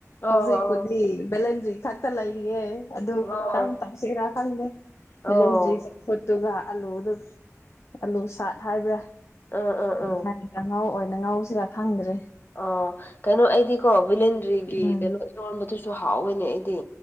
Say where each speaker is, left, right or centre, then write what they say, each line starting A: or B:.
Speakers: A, on the left (about 40°); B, on the left (about 55°).
A: ꯑꯣ
B: ꯍꯧꯖꯤꯛꯄꯨꯗꯤ ꯕꯦꯂꯦꯟꯗ꯭ꯔꯤ ꯈꯛꯇ ꯂꯩꯔꯤꯌꯦ ꯑꯗꯨ
A: ꯑꯣ
B: ꯀꯔꯝ ꯇꯧꯁꯤꯔꯥ ꯈꯪꯗꯦ ꯕꯦꯂꯦꯟꯗ꯭ꯔꯤ
A: ꯑꯣ
B: ꯆꯝꯐꯨꯠ ꯑꯗꯨꯒ ꯑꯂꯨꯗꯨ ꯑꯂꯨ ꯁꯥꯠ ꯍꯥꯏꯕ꯭ꯔꯥ
A: ꯑꯥ ꯑꯥ
B: ꯑꯗꯨꯃꯥꯏꯅ
A: ꯑꯥ
B: ꯀꯥꯡꯍꯧ ꯑꯣꯏꯅ ꯅ ꯉꯧꯁꯤꯔꯥ ꯈꯪꯗ꯭ꯔꯦ
A: ꯑꯣ ꯀꯩꯅꯣ ꯑꯩꯗꯤꯀꯣ ꯕꯦꯂꯤꯟꯗ꯭ꯔꯤꯒꯤ
B: ꯎꯝ
A: ꯀꯩꯅꯣ ꯏꯔꯣꯟꯕꯗꯨꯁꯨ ꯍꯥꯎꯋꯤꯅꯦ ꯑꯩꯗꯤ